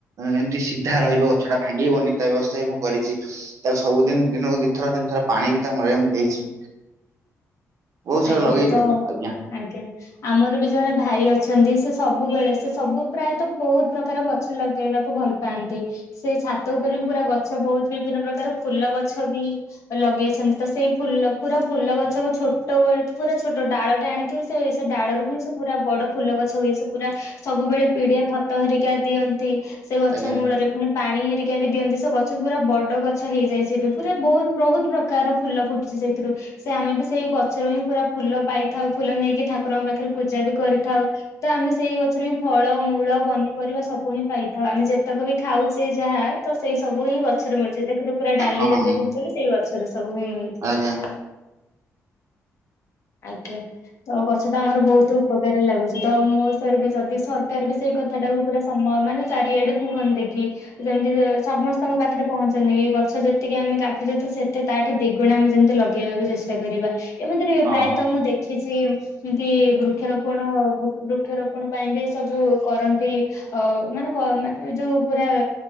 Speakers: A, on the right; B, on the left.
A: ଏମିତି ସିଧା ରହିବ ଗଛଟା ଭାଙ୍ଗିବନି ତା ବ୍ୟବସ୍ଥା ବି ମୁଁ କରିଛି ତା ସବୁ ଦିନ ଦିନକୁ ଦୁଇ ଥର ତିନି ଥର ପାଣି ବି ତା ମୂଳରେ ଦେଇଛି। ବହୁତ ସାରା
B: ଆଜ୍ଞା
A: ଲଗେଇଛି
B: ତ
A: ଗଛ ଆଜ୍ଞା
B: ଆଜ୍ଞା ଆମର ବି ଜଣେ ଭାଇ ଅଛନ୍ତି ସେ ସବୁବେଳେ ସେ ସବୁ ପ୍ରାୟତଃ ବହୁତ ପ୍ରକାର ଗଛ ଲଗେଇବାକୁ ଭଲ ପାଆନ୍ତି ସେ ଛାତ ଉପରେ ବି ପୁରା ଗଛ ବହୁତ ବିଭିନ୍ନ ପ୍ରକାର ଫୁଲ ଗଛ ବି ଲଗେଇଛନ୍ତି ତ ସେଇ ଫୁଲ ପୁରା ଫୁଲ ଗଛକୁ ଛୋଟ ଛୋଟ ବେଳୁ ପୁରା ଛୋଟ ଡାଳଟେ ଆଣିଥିବେ ସେ ଡାଳରୁୁ ସେ ପୁରା ବଡ ଫୁଲ ଗଛ ହୁଏ ସବୁ ପୁରା ସବୁବେଳେ ପିଡିଆ ଖତ ଖତ ହେରିକା ଦିଅନ୍ତି ନ୍ତି ସେ ଗଛ
A: ଆଜ୍ଞା
B: ମୂଳରେ ପୁଣି ପାଣି ହେରିକା ବି ଦିଅନ୍ତି ସେ ଗଛ ପୁରା ବଡ ଗଛ ହେଇଯାଇଛି ଏବେ ପୁରା ବହୁତ ବହୁତ ପ୍ରକାର ଫୁଲ ଫୁଟୁଛି ସେଇଥିରୁ ସେ ଆମେ ବି ସେଇ ଗ ଗଛରୁ ହିଁ ପୁରା ଫୁଲ ପାଇଥାଉ ଫୁଲ ନେଇକି ଠାକୁରଙ୍କ ପାଖରେ ପୂଜା ବି କରିଥାଉ ତ ଆମେ ସେଇ ଗଛରୁ ହିଁ ଫଳ ମୂଳ ପନିପରିବା ସବୁ ହିଁ ପାଇଥାଉ ଆମେ ଯେତକ ବି ଖାଉଛେ ଯାହା ତ ସେଇ ସବୁ ହିଁ ଗଛରୁ ମିଳେ। ଦେଖୁଥିବ ପୁରା ଡାଲି
A: ହଁ
B: ଜାତୀୟ
A: ହଁ,
B: ଜିନିଷ ବି ସେଇ ଗଛରୁ ସବୁ ହିଁ ମିଳୁଛି।
A: ଆଜ୍ଞା
B: ହ। ଆଜ୍ଞା। ଆଉ ଗଛ ତ ଆମର ବହୁତ ଉପ କାରରେ ଲାଗୁଛି ତ ମୋ ହିସାବରେ ବି ଯଦି ସରକାର ବି ସେଇ କଥା ଟାକୁ ପୁରା ସମୟ ମାନେ ଚାରିଆଡେ କୁହନ୍ତେ କି ଯେମିତି ସମସ୍ତଙ୍କ ପାଖରେ ପହଞ୍ଚନ୍ତି କି ଗଛ ଯେତିକି ଆମେ କାଟୁଛେ ତ ସେ ତାଠୁ ଦିଗୁଣ ଆମେ ଯେମିତି ଲଗେଇବାକୁ ଚେଷ୍ଟା କରିବା ଏମିତି ପ୍ରାୟତଃ
A: ହଁ
B: ମୁଁ ଦେଖି କିଛି ଏମତି ବୃକ୍ଷରୋପଣ ବୃକ୍ଷ ବୃକ୍ଷରୋପଣ ପାଇଁ ବି ସବୁ କରନ୍ତି ଅ ମାନେ ମାନେ ଯୋଉ ପୁରା